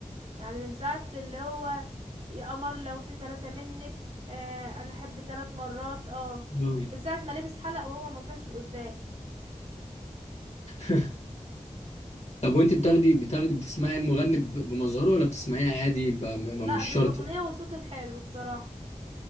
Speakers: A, on the right; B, on the left.
A: يعني من ساعه اللي هو يا قمر لو في ثلاثه منك آه، انا احب ثلاث مرات اه
B: <laughs>
A: من ساعه ما لبس حلق وهو ما طلعش لقدام
B: <laughs> طب وانت بتاخدي بتاخدي بتسمعي المغني ب- بمظهره ولا بتسمعيه عادي ب- م-
A: لا
B: م- مش
A: بالاغنيه
B: شرط
A: والصوت الحلو بصراحه